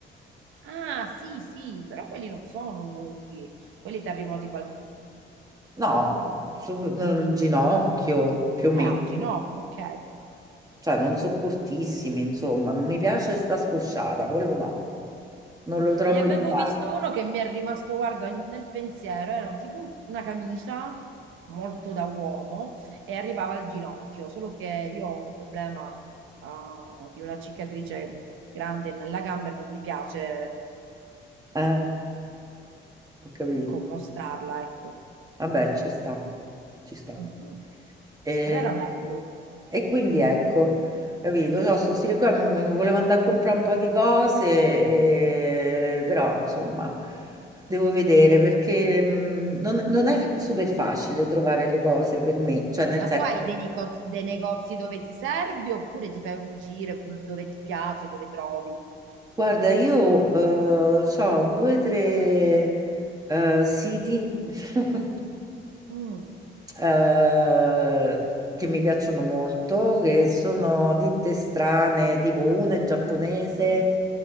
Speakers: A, on the right; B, on the right.
A: Ah, sì, sì, però quelli non sono lunghi, quelli ti arrivano tipo al...
B: No, sul nel ginocchio più o
A: eh,
B: meno,
A: al ginocchio, ok.
B: cioè non so cortissimi, insomma, non mi piace sta scosciata, quello no, non lo trovo
A: Ne avevo
B: il luogo.
A: visto uno che mi è rimasto, guarda, nel pensiero, era tipo un- una camicia molto da uomo e arrivava al ginocchio, solo che io ho un problema ah, di una cicatrice grande nella gamba e non mi piace
B: Eh, ho capito.
A: eh, ecco, mostrarla, ecco.
B: Vabbè, ci sta, ci sta.
A: Mm, mm.
B: E,
A: Però era bello.
B: e quindi ecco, capito, no, sto stile qua, mo- mi volevo andare a comprare un po' di cose, e- però insomma, devo vedere perché mh, non, non è super facile trovare le cose per me, cioè nel
A: Ma
B: senso
A: tu hai dei, nico- dei negozi dove ti servi oppure ti fai un giro col- dove ti piace, dove trovi?
B: Guarda, io eh, ho due o tre eh, siti <laughs>
A: Mm.
B: eh, che mi piacciono molto, che sono ditte strane, tipo una è giapponese,